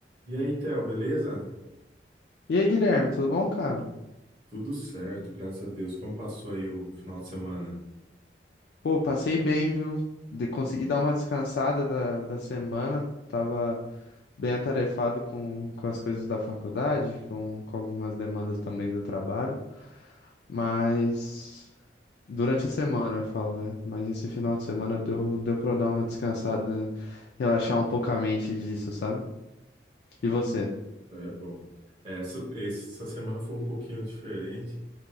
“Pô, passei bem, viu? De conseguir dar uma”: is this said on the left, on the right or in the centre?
Left